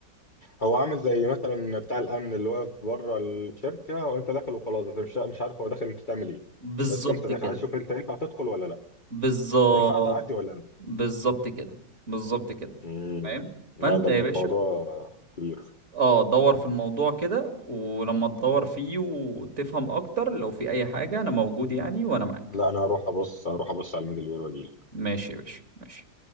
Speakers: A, on the left (about 35°); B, on the right (about 40°).
A: هو عامل زي مثلا بتاع الامن اللي واقف بره الشركه وانت داخل وخلاص انت مش مش عارف هو داخل انت تعمل ايه
B: بالظبط
A: بس انت داخل
B: كده
A: عايز تشوف انت ينفع تدخل ولا لا
B: بالظبط
A: ينفع تعدي ولا لا
B: بالظبط كده بالظبط كده
A: امم
B: فاهم
A: لا
B: فانت
A: ده
B: يا
A: الموضوع
B: باشا
A: كبير
B: اه دور في الموضوع كده ولما تدور فيه وتفهم اكتر لو في اي حاجة انا موجود يعني وانا معاك
A: لا انا هروح ابص هروح ابص على الميدل وير واجي
B: ماشي يا باشا ماشي